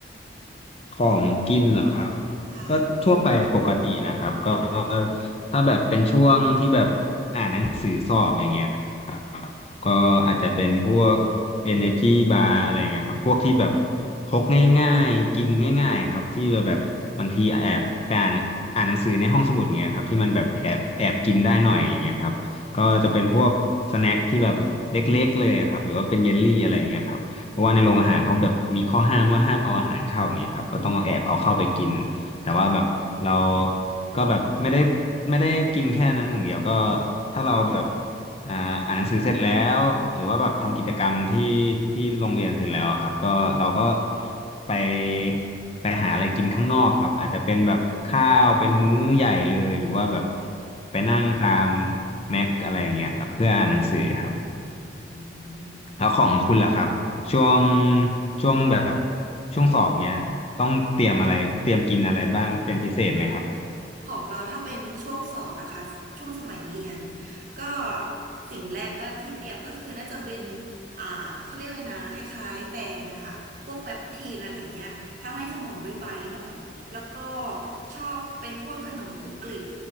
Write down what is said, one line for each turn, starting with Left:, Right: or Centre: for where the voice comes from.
Left: ของกินเหรอครับ
Right: ใช่
Left: ก็ทั่วไปปกตินะครับก็ถ้าแบบเป็นช่วงที่แบบอ่านหนังสือสอบอย่างเงี้ยครับก็อาจจะเป็นพวก Energy Bar อะไรอย่างเงี้ยครับพวกที่แบบพกง่ายๆกินง่ายๆครับที่แบบบางทีแอบไปอ่านอ่านหนังสือในห้องสมุดเงี้ยครับที่มันแบบแอบแอบกินได้หน่อยอย่างเงี้ยครับก็จะเป็นพวกสแน็คที่แบบเล็กๆเลยอะครับหรือว่าเป็นเยลลี่อะไรอย่างเงี้ยครับ เพราะว่าในโรงอาหารเขาแบบมีข้อห้ามว่าห้ามเอาอาหารเข้าอย่างเงี้ยครับก็ต้องเอาแอบเอาเข้าไปกินแต่ว่าแบบเราก็แบบไม่ได้ไม่ได้กินแค่นั้นอย่างเดียวก็ถ้าเราแบบอ่าอ่านหนังสือเสร็จแล้วหรือว่าแบบทำกิจกรรมที่ที่โรงเรียนเสร็จแล้วครับก็เราก็ไปไปหาอะไรกินข้างนอกครับอาจจะเป็นแบบข้าวเป็นมื้อใหญ่เลยหรือว่าแบบไปนั่งตามแม็กอะไรอย่างเงี้ยครับเพื่ออ่านหนังสือครับ
Right: อืม
Left: แล้วของคุณล่ะครับช่วงช่วงแบบช่วงสอบเนี้ยต้องเตรียมอะไรเตรียมกินอะไรบ้างเป็นพิเศษไหมครับ
Right: ของเราถ้าเป็นช่วงสอบนะคะช่วงสมัยเรียนก็สิ่งแรกก็ที่เตรียมก็คือน่าจะเป็นอ่าเขาเรียกเลยนะคล้ายๆแบรนด์นะคะพวกแปปทีนอะไรเงี้ยทำให้สมองใบๆหน่อยแล้วก็ชอบเป็นพวกขนมกรุบกริบ